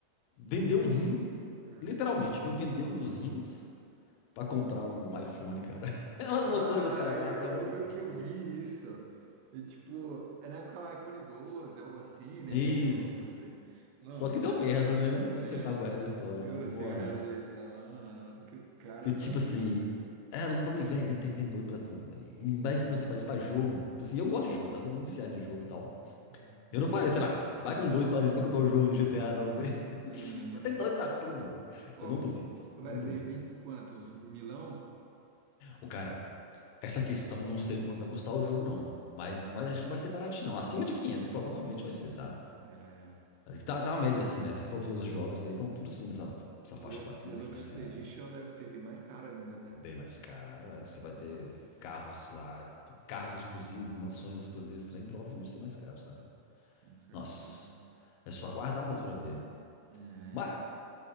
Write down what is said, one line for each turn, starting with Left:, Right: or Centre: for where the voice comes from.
Left: vendeu um rim,
Right: Ah,
Left: literalmente, viu? Vendeu um dos rins pra comprar um iPhone, cara. <laughs> É umas
Right: Ah,
Left: loucuras que os caras
Right: eu,
Left: fazem, é muito
Right: eu meio
Left: doido.
Right: que eu vi isso. E, tipo, é na época do iPhone doze, algo assim, né?
Left: Isso.
Right: 11. Mano,
Left: Só que deu merda, né? Você
Right: é.
Left: sabe o resto da história,
Right: Eu
Left: né? Nossa.
Right: sei o resto da história, mas, mano, mano, que o cara
Left: Porque,
Right: faz
Left: tipo assim,
Right: isso?
Left: é, lou- pra mim, velho, tem, tem, tem doido pra tudo, velho. E mais
Right: Uhum,
Left: quando você faz isso pra jogo. Tipo assim, eu gosto de jogo, sabe? Eu sou muito viciado em jogo e tal.
Right: uhum.
Left: Eu não falei, sei lá, vai que um doido faz isso pra comprar o jogo do GTA, não, velho. <laughs>
Right: Hum.
Left: Tem doido pra tudo, velho.
Right: Pô,
Left: Eu não duvido,
Right: vai,
Left: não duvido,
Right: vai vir
Left: cara.
Right: quanto? Uns milão?
Left: O cara, essa questão, não sei quanto vai custar o jogo, não. Mas, mas acho que não vai ser baratinho, não. Acima de 500, provavelmente vai ser, sabe?
Right: É, né?
Left: Tá, tá a média, assim, né? Se você for ver os jogos aí, estão tudo assim, essa, essa faixa
Right: O De-
Left: 400
Right: Deluxe
Left: 500 reais.
Right: Edition deve ser bem mais caro ainda, né?
Left: Bem mais caro, né? Você vai
Right: Nossa,
Left: ter carros lá, carros exclusivos, mansões exclusivas, trem, provavelmente vai ser mais caro, sabe?
Right: com certeza.
Left: Nossa, é só aguardar mesmo pra ver.
Right: né
Left: Mas